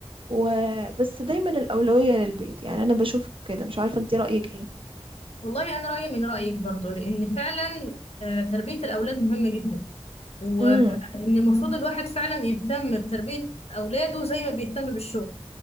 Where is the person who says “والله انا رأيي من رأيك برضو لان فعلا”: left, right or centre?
Left